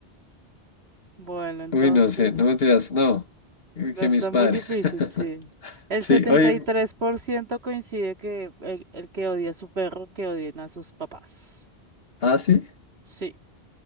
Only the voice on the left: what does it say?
Uy, no sé, no me digas, no. Uy,
Que
mis padres.
<laughs>
Sí,
hoy.
Ah, sí.